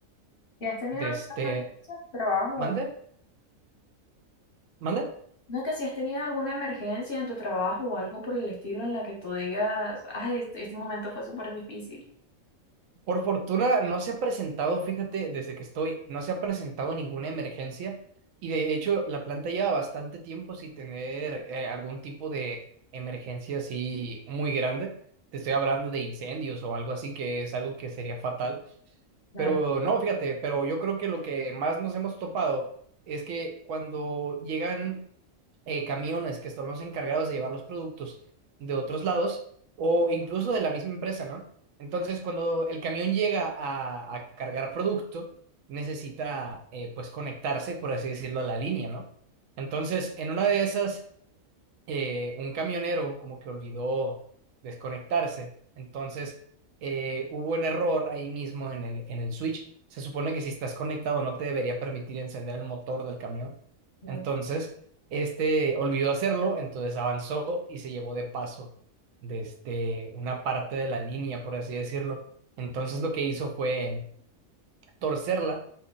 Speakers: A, on the left; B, on the right.
A: ¿Y has tenido
B: De
A: alguna
B: este,
A: emergencia en tu trabajo?
B: ¿mande?
A: o algo?
B: ¿Mande?
A: No, que si has tenido alguna emergencia en tu trabajo o algo por el estilo en la que tú digas, ay, este, este momento fue súper difícil.
B: Por fortuna no se ha presentado, fíjate, desde que estoy, no se ha presentado ninguna emergencia y de hecho la planta lleva bastante tiempo sin tener eh, algún tipo de emergencia así muy grande. Te estoy hablando de incendios o algo así que es algo que sería fatal.
A: Claro.
B: Pero no, fíjate, pero yo creo que lo que más nos hemos topado es que cuando llegan eh, camiones que son los encargados de llevar los productos de otros lados o incluso de la misma empresa, ¿no? Entonces, cuando el camión llega a, a cargar producto, necesita, eh, pues, conectarse, por así decirlo, a la línea, ¿no? Entonces, en una de esas eh, un camionero como que olvidó desconectarse. Entonces, eh, hubo un error ahí mismo en el, en el switch. Se supone que si estás conectado no te debería permitir encender el motor del camión.
A: claro.
B: Entonces, este olvidó hacerlo, entonces avanzó y se llevó de paso desde una parte de la línea, por así decirlo. Entonces, lo que hizo fue torcerla